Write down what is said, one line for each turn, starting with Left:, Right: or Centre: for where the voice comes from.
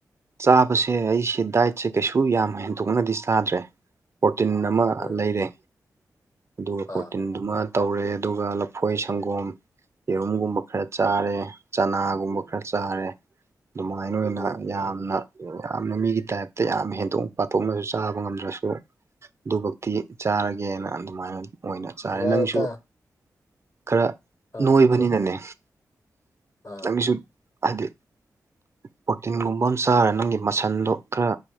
Right: ꯆꯥꯕꯁꯦ ꯑꯩꯁꯦ ꯗꯥꯏꯠꯁꯦ ꯀꯩꯁꯨ ꯌꯥꯝ ꯍꯦꯟꯗꯣꯛꯅꯗꯤ ꯆꯥꯗ꯭ꯔꯦ ꯄ꯭ꯔꯣꯇꯤꯟ ꯑꯃ
Left: ꯎꯝ
Right: ꯂꯩꯔꯦ ꯑꯗꯨꯒ ꯄ꯭ꯔꯣꯇꯤꯟꯗꯨꯃ
Left: ꯑꯥ
Right: ꯇꯧꯔꯦ ꯑꯗꯨꯒ ꯂꯐꯣꯏ ꯁꯪꯒꯣꯝ ꯌꯦꯔꯨꯝꯒꯨꯝꯕ ꯈꯔ ꯆꯥꯔꯦ ꯆꯅꯥꯒꯨꯝꯕ ꯈꯔ ꯆꯥꯔꯦ ꯑꯗꯨꯃꯥꯏꯅ ꯑꯣꯏꯅ
Left: ꯎꯝ
Right: ꯌꯥꯝ ꯌꯥꯝꯅ ꯃꯤꯒꯤ ꯇꯥꯏꯞꯇ ꯌꯥꯝ ꯍꯦꯟꯗꯣꯛꯅ ꯄꯥꯊꯣꯛꯅꯁꯨ ꯆꯥꯕ ꯉꯝꯗ꯭ꯔꯁꯨ ꯑꯗꯨꯕꯨꯛꯇꯤ ꯆꯥꯔꯒꯦꯅ ꯑꯗꯨꯃꯥꯏꯅ ꯑꯣꯏꯅ ꯆꯥꯔꯦ
Left: ꯌꯥꯔꯦꯗ
Right: ꯅꯪꯁꯨ ꯈꯔ
Left: ꯑꯥ
Right: ꯅꯣꯏꯕꯅꯤꯅꯅꯦ
Left: ꯁꯨꯝ ꯑꯥ
Right: ꯅꯪꯒꯤꯁꯨ ꯑꯦ ꯄ꯭ꯔꯣꯇꯒꯨꯝ ꯕꯣꯝ ꯆꯥꯔꯦ ꯅꯪꯒꯤ ꯃꯁꯟꯗꯣ ꯈꯔ